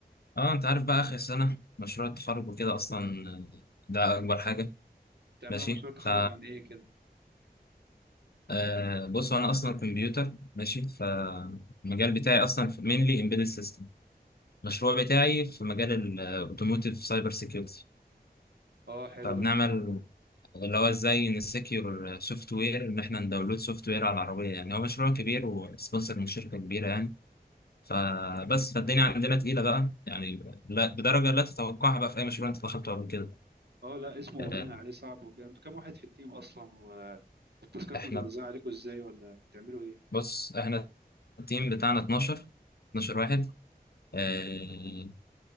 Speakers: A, on the left; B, on the right.
A: اه انت عارف بقى اخر سنه مشروع التخرج وكده اصلا آه، ده اكبر حاجه
B: بتعملوا
A: ماشي
B: مشروع تخرج
A: ف
B: عن ايه كده
A: أه بص انا اصلا كمبيوتر ماشي فالمجال بتاعي اصلا مينلي امبيدد سيستم المشروع بتاعي في مجال الاوتوموتيف سايبر سيكيورتي
B: اه حلو
A: فبنعمل
B: الموضوع ده
A: اللي هو ازاي نسكيور سوفت وير ان احنا نداونلود سوفت وير على العربيه يعني هو مشروع كبير وسبونسر من شركه كبيره يعني فبس فالدنيا عندنا تقيله بقى يعني لا بدرجه لا تتوقعها بقى في اي مشروع انت دخلته قبل كده
B: اه لا اسمه
A: أه
B: باين عليه صعب وكده انتوا كام واحد في التيم اصلا والتاسكات
A: احنا
B: متوزعه عليكم ازاي ولا بتعملوا ايه
A: بص احنا التيم بتاعنا 12 12 واحد آه،